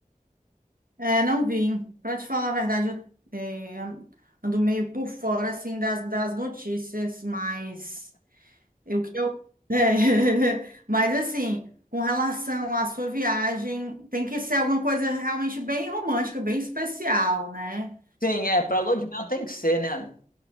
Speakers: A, on the right; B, on the left.
A: É, não vim. Para te falar a verdade, eu é, an- ando meio por fora, assim, das, das notícias mais É O que eu... É. <laughs> Mas assim, com relação à sua viagem, tem que ser alguma coisa realmente bem romântica, bem especial, né?
B: Sim, é. Pra lua de mel tem que ser, né? Ale?